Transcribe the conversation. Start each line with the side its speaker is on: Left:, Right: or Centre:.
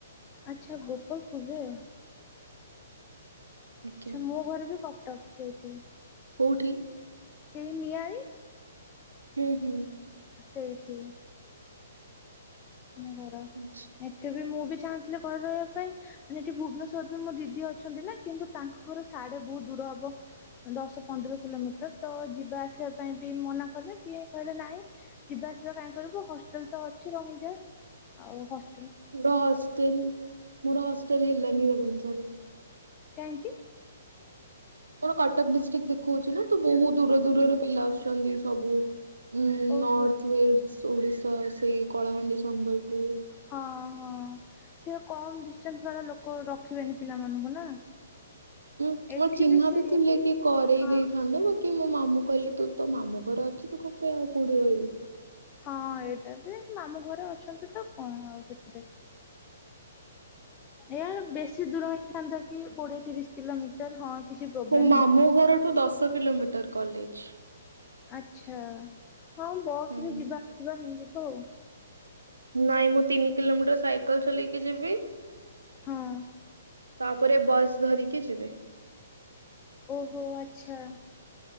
Left: ଆଚ୍ଛା ଗୋପଳପୁରରେ। ଆଚ୍ଛା
Right: ଆଜ୍ଞା
Left: ମୋ ଘର ବି କଟକ ସେଇଠି।
Right: କୋଉଠି?
Left: ସେଇ ନିଆଳି।
Right: ହୁଁ ହୁଁ।
Left: ସେଇଠି ଆମ ଘର
Right: ଆଚ୍ଛା। ଏବେ
Left: ଏଠି ବି ମୁଁ ବି
Right: ମୁଁ
Left: ଚାହୁଁଥିଲେ ଘରେ ରହିବା
Right: ବି
Left: ପାଇଁ
Right: ଚାହୁଁଥିଲି ଘରେ
Left: ମାନେ
Right: ରହିବା ପାଇଁ
Left: ଏଠି
Right: ହେଲେ
Left: ଭୁବନେଶ୍ୱରରେ
Right: କି
Left: ବି ମୋ ଦିଦି ଅଛନ୍ତି
Right: ଭୁବନେଶ୍ୱରରେ ମୋ
Left: ନା କିନ୍ତୁ ତାଙ୍କ
Right: ଦିଦି
Left: ଘର
Right: ଅଛନ୍ତି
Left: ସାଡେ
Right: ନା କିନ୍ତୁ ତାଙ୍କର
Left: ବୋହୁତ ଦୂର। ହବ
Right: ସାଡେ ବହୁତ ଦୂର ହବ।
Left: ଦଶ ପନ୍ଦର
Right: ଦଶ
Left: କିଲୋମିଟର
Right: ପନ୍ଦର
Left: ତ
Right: କିଲୋମିଟର
Left: ଯିବା
Right: ତ
Left: ଆସିବା ପାଇଁ
Right: ଯିବା
Left: ବି ମନା କଲେ କି କହିଲେ
Right: କଲେ ସିଏ କହିଲେ
Left: ନାଇଁ ଯିବା ଆସିବା କାଇଁ କରିବୁ
Right: ନାହିଁ।
Left: ହଷ୍ଟେଲ ତ ଅଛି ରହିଯା ଆଉ ହଷ୍ଟେ
Right: ମୋର ହଷ୍ଟେଲ ମୋର ହଷ୍ଟେଲ ହେଲାନି ରେଭେନ୍ସା ରେ ।
Left: କାହିଁକି?
Right: ମୋର କଟକ ଡିଷ୍ଟିକ ଦେଖୁଚି ନା ତ ବୋହୁତ ଦୂର ଦୂରରୁ ପିଲା ଆସୁଚନ୍ତି ସବୁ ଉଁ
Left: ଓହୋ
Right: ନର୍ଥ ୱେର୍ଥ ଓଡିଶା ସେଇ କଳାହାଣ୍ଡି ସମ୍ବଲପୁର।
Left: ହଁ ହଁ ସିଏ କମ ଡିଷ୍ଟାନ୍ସ ବାଲା ଲୋକ ରଖିବେନି ପିଲାମାନଙ୍କୁ ନା?
Right: ଉଁ
Left: ଏଠି
Right: ଉଁ ଚିହ୍ନା
Left: ସେ
Right: ବି ଥିଲେ ବି କରେଇ
Left: ହଁ
Right: ଦେଇଥାନ୍ତେ ବା କି ମୋ ମାମୁଁ କହିଲେ ତୁ ତୋ ମାମୁଁ ଘର ଅଛି ତୁ କଣ ପାଇଁ ଆଉ କୋଉଠି ରହିବୁ।
Left: ହଁ ଏଇଟା ବି ମାମୁଁ ଘରେ ଅଛନ୍ତି ତ କଣ ଆଉ ସେଥିରେ। ଏଇଆ ବେଶୀ ଦୂର ହେଇଥାନ୍ତା କି କୋଡିଏ ତିରିଶ କିଲୋମିଟର ହଁ। କିଛି ପ୍ରୋବ୍ଲେମ
Right: ମୋ ମାମୁଁ
Left: ହେଇଥାନ୍ତା।
Right: ଘରଠୁ ଦଶ କିଲୋମିଟର କଲେଜ।
Left: ଆଚ୍ଛା ହଁ ବସ୍
Right: ହୁଁ।
Left: ରେ ଯିବା ଆସିବା ହେଇଯିବ ଆଉ।
Right: ନାଇଁ ମୁଁ ତିନି କିଲୋମିଟର ସାଇକେଲ ଚଲେଇକି ଜିବି।
Left: ହଁ
Right: ତାପରେ ବସ୍ ଧରିକି ଯିବେ।
Left: ଓହୋ ଆଚ୍ଛା